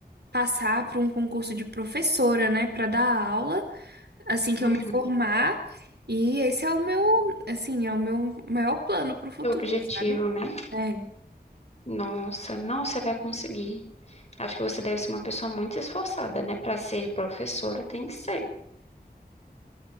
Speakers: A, on the right (about 75°); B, on the left (about 40°).
A: passar para um concurso de professora, né, Pra dar aula, assim que
B: Uhum.
A: eu me formar. E esse é o meu, assim, é o meu maior plano pro futuro,
B: Seu objetivo,
A: sabe?
B: né?
A: É,
B: Nossa, não, você vai conseguir. Acho que você deve ser uma pessoa muito esforçada, né? Para ser professora, tem que ser.